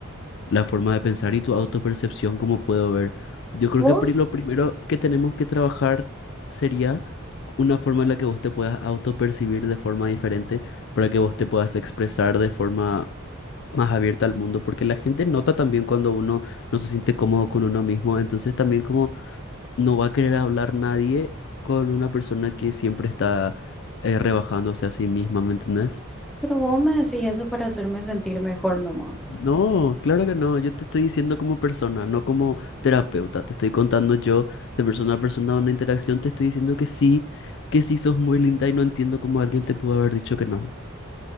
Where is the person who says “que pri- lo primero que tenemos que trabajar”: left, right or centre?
Left